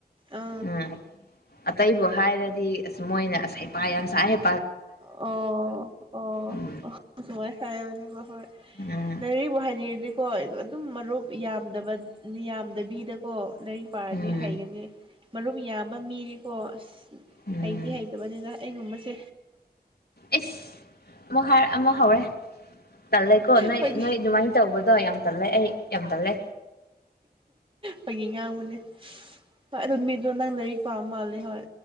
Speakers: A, on the right; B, on the left.
A: ꯑ
B: ꯎꯝ ꯑꯇꯩꯕꯨ ꯍꯥꯏꯔꯗꯤ ꯑꯁ ꯃꯣꯏꯅ ꯑꯁ ꯍꯩꯄꯥ ꯌꯥꯝꯁꯥꯏ ꯍ
A: ꯑꯣ ꯑꯣ
B: ꯎꯝ
A: ꯑꯣ ꯁꯃꯥꯏ ꯈꯥꯏꯅꯦꯕ ꯍꯣꯏ
B: ꯎꯝ
A: ꯅꯦꯔꯤ ꯍꯥꯏꯗꯤꯗꯤ ꯍꯣꯏ ꯑꯩ ꯑꯗꯨꯝ ꯃꯔꯨꯞ ꯌꯥꯝꯗꯕ ꯌꯥꯝꯗꯕꯤꯗꯀꯣ ꯂꯥꯏꯔꯤꯛ ꯄꯥꯔꯗꯤ
B: ꯎꯝ
A: ꯍꯩꯒꯅꯤ ꯃꯔꯨꯞ ꯌꯥꯝꯕ ꯃꯤꯗꯤꯀꯣ ꯑꯁ
B: ꯎꯝ
A: ꯍꯩꯗꯤ ꯍꯩꯇꯕꯅꯤꯗ ꯑꯩꯒꯨꯝꯕꯁꯦ
B: ꯑꯦꯁ ꯑꯃꯨꯛ ꯍꯥꯏꯔ ꯑꯃꯨꯛ ꯍꯧꯔꯦ ꯇꯜꯂꯦꯀꯣ ꯅꯣꯏ
A: ꯐꯥꯒꯤ
B: ꯅꯣꯏ ꯑꯗꯨꯃꯥꯏꯅ ꯇꯧꯕꯗꯣ ꯌꯥꯝ ꯇꯜꯂꯦ ꯑꯩ ꯌꯥꯝ ꯇꯜꯂꯦ
A: ꯐꯥꯒꯤ ꯉꯥꯡꯕꯅꯦ ꯍꯣꯏ ꯑꯗꯨ ꯃꯤꯗꯣ ꯅꯪ ꯂꯥꯏꯔꯤꯛ ꯄꯥꯝ ꯃꯥꯜꯂꯦ ꯍꯣꯏ